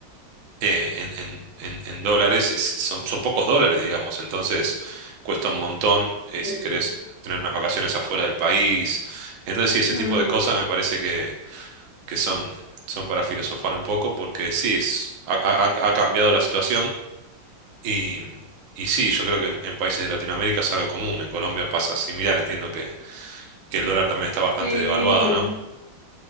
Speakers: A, on the right (about 65°); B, on the left (about 60°).
A: eh, en, en- en- en dólares, es- son, son pocos dólares, digamos. Entonces, cuesta un montón eh,
B: sí.
A: si querés tener unas vacaciones afuera del país. Entonces, sí, ese
B: ah,
A: tipo de cosas me parece que son, son para filosofar un poco, porque sí, es- ha, ha- han- ha cambiado la situación y, y sí, yo creo que en, en países de Latinoamérica es algo común, en Colombia pasa similar, entiendo que, que el dólar también está bastante
B: sí.
A: devaluado, ¿no?